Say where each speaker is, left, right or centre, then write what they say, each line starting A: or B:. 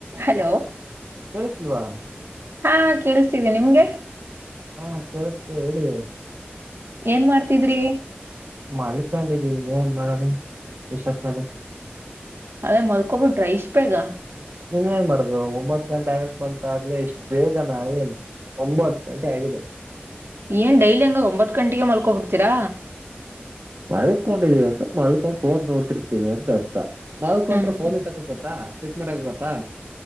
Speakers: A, on the right; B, on the right.
A: hello
B: ಕಳ್ಸಲ್ವಾ
A: ಹಾ ಕೇಳಿಸ್ತಿದೆ ನಿಮ್ಗೆ
B: ಹಾ ಕೇಳಸ ಹೇಳಿ
A: ಏನ್ ಮಾಡ್ತಿದ್ರಿ
B: ಮಾಡ ಪಾಲ ಮಾಡ ರಿಷಬ್ ಪ್ಯಾಲಸ್
A: ಅೇ ಮರಕೋಪಡ್ರೈಸ್ಪೆಗ
B: ನೀನ್ ಏನ್ ಮಾಡ್ದು ಒಂಬತ್ ಗಂಟೆ ಆಗಕ್ ಬಂತಾಗ್ಲಲೆ ಇಷ್ಟು ಬೇಗ ನ ಒಂಬತ್ ಗಂಟೆ ಆ ದ
A: ಏನ್ ಡೈಲಿ ಹಂಗ್ ಒಂಬತ್ ಗಂಟೆಗೆ ಮಲ್ಕೋ ಹಿಡ್ತೀರಾ
B: ಮಲ್ಕೊಂಡಿದೀವಿ ಅಂತ ಮಲ್ಕೊಂಡು ಫೋನ್ ನೋಡ್ತಿರ್ತೀವಿ ಅಂದ ಅರ್ಥ ಮಲ್ಕಂ್ರ
A: ಹ್ಮ್
B: ಫೋನ್ ಇ ತಕ ಗೊತ್ತಾ ಪಿಕ್ ಮಾಡಕ ಗೊತ್ತಾ